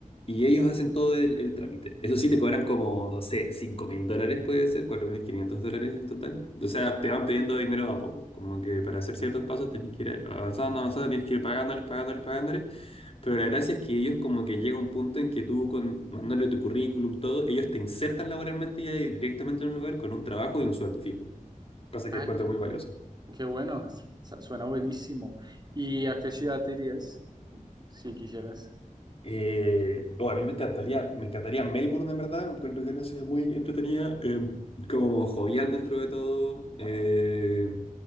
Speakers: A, on the left; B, on the right.
A: y ellos hacen todo el, el trámite. Eso sí, te cobran como, no sé, 5 mil dólares puede ser, 4.500 dólares en total. O sea, te van pidiendo dinero de a poco. Como que para hacer ciertos pasos tenés que ir avanzando, avanzando, tienes que ir pagándoles, pagándoles, pagándoles. Pero la gracia es que ellos como que llega un punto en que tú con, mandándole tu currículum, todo, ellos te insertan laboralmente ya directamente en un lugar con un trabajo y un sueldo fijo. Cosa
B: Ah,
A: que encuentro muy valiosa.
B: Qué bueno, su- su- suena buenísimo. ¿Y a qué ciudad te irías si quisieras?
A: Eh, oh, a mí me encantaría, me encantaría Melbourne, en verdad. Encuentro que es una ciudad muy entretenida, eh, como jovial dentro de todo, eh,